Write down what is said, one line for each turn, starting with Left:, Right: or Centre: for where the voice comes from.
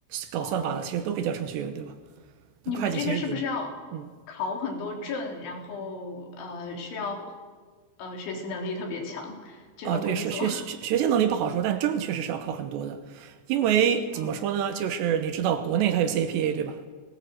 Right: 搞算法的，
Left: 哦，
Right: 其实都可以叫程序员，对吧？
Left: 你们这个是不是要考很多证，
Right: 那会计其实也，嗯。
Left: 然后呃需要呃学习能力特别强这份工作？
Right: 啊，呃对，是学学学习能力不好说，
Left: <laughs>
Right: 但证确实是要考很多的，因为怎么说呢，
Left: 嗯
Right: 就是你知道国内它有 CPA 对吧？